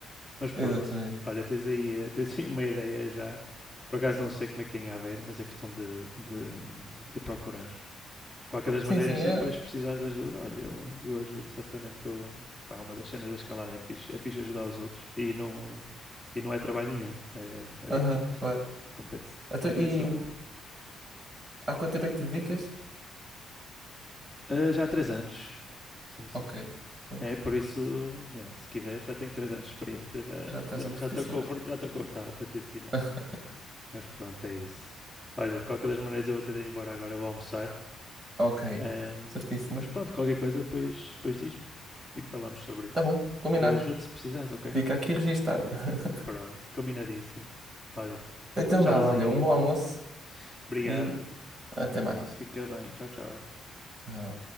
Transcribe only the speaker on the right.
exatamente.
Sim,
sim,
é.
Aham,
claro.
Então, e há quanto tempo é que te dedicas?
Ok, pois,
já estás um
profissional.
<laughs>
Ok,
certíssimo.
Tá bom, combinado.
Fica aqui registado. <laughs>
Então
vá, olha, um
bom almoço
e até mais.
Tchau.